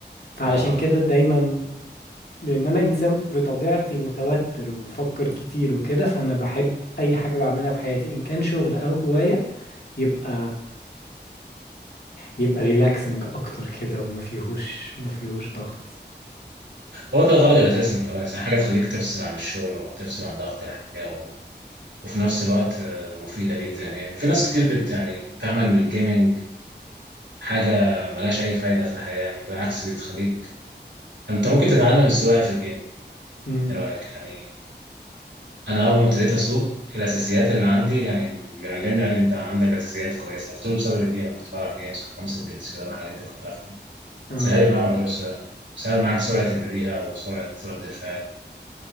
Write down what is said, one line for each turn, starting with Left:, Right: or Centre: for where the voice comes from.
Left: فعلشان
Right: آه
Left: كده دايما لان انا انسان بطبيعتي متوتر وبفكر كتير وكده فانا بحب اي حاجه بعملها في حياتي ان كان شغل او هوايه يبقى يبقى ريلاكسنج اكتر كده وما فيهوش ما فيهوش ضغط
Right: هو ده الغرض الأساسي من الهواية يعني حاجة تخليك تفصل عن الشغل وتفصل عن ضغط الحياة و... وفي نفس الوقت آه، مفيدة ليك ذهنيا في ناس كتير بت يعني فاهمة إن الجيمنج حاجة ملهاش أي فايدة في الحياة يعني بالعكس دي بتخليك أنت ممكن تتعلم السواقة في الجيم
Left: امم
Right: إيه رأيك يعني انا اول ما ابتديت اسوق الاساسيات اللي عندي يعني اللي علمني قال لي انت عندك اساسيات كويسه قلت له بسبب الجيم أنا كنت بلعب جيمز كنت بمسك دي السياره الحاجات دي كنت عارفها
Left: اه
Right: سهلت معايا موضوع السواقه سهل معاك سرعه البديهه وسرعه رد الفعل